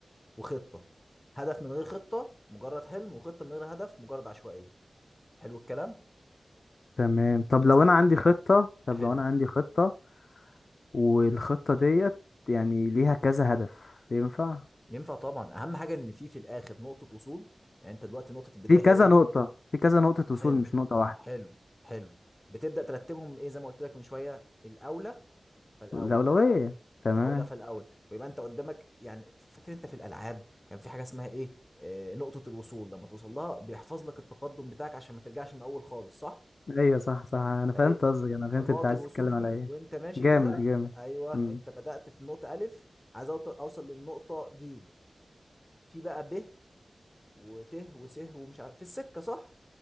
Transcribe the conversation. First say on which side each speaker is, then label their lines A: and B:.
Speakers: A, on the left; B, on the left.
A: وخطة هدف من غير خطة مجرد حلم وخطة من غير هدف مجرد عشوائية حلو الكلام
B: تمام طب
A: لازم
B: لو انا عندي خطة طب
A: حلو
B: لو انا عندي خطة والخطة ديت يعني ليها كذا هدف ينفع
A: ينفع طبعا اهم حاجة ان في في الاخر نقطة وصول يعني انت دلوقتي نقطة البداية
B: في كذا
A: هي ايه
B: نقطة في كذا نقطة
A: حلو
B: وصول مش نقطة واحدة
A: حلو حلو بتبدأ ترتبهم ايه زي ما قلت لك من شوية الاولى فالاولى
B: الأولوية تمام
A: الاولى فالاولى ويبقى انت قدامك يعني فاكر انت في الالعاب كان في حاجه اسمها ايه آه، نقطه الوصول لما توصل لها بيحفظ لك التقدم بتاعك عشان ما ترجعش من الاول خالص صح
B: ايوه صح صح انا فهمت
A: فايه
B: قصدك انا فهمت
A: فنقط
B: انت عايز
A: الوصول
B: تتكلم على
A: دي
B: ايه
A: وانت ماشي
B: جامد
A: كده
B: جامد
A: ايوه
B: امم
A: انت بدات في نقطه الف عايز أوط- اوصل للنقطه جيم في بقى ب وت وس ومش عارف في السكه صح